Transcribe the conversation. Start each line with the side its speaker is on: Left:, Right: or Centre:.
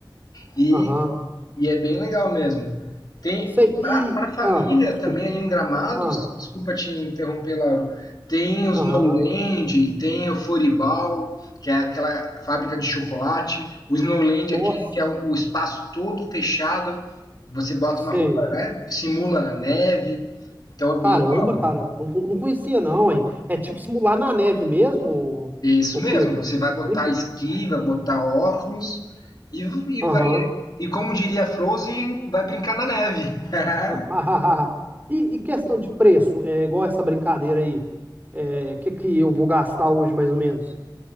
Left: e
Right: aham,
Left: e é bem legal mesmo. Tem
Right: sei. E,
Left: para a família
Right: ah, desculpa,
Left: também ali em Gramados,
Right: ah,
Left: desculpa te interromper, Lauro. Tem os
Right: aham,
Left: Snowland, tem o Floribal, que é aquela fábrica de chocolate. O Snowland
Right: nossa,
Left: é aquele que é o o espaço todo fechado. Você bota
Right: sei.
Left: uma roupa, né, simula neve. Então é
Right: Caramba,
Left: bem legal.
Right: cara, não, co- não conhecia não, hein? É tipo simular na neve mesmo,
Left: É Isso
Right: ô,
Left: mesmo.
Right: ô Pedro?
Left: Você
Right: Me
Left: vai
Right: explica.
Left: botar esqui, vai botar óculos e, e
Right: Aham.
Left: vai e como diria Frozen, vai brincar na neve. <laughs>
Right: <laughs> E, e questão de preço, é igual essa brincadeira aí. É, que que eu vou gastar hoje, mais ou menos?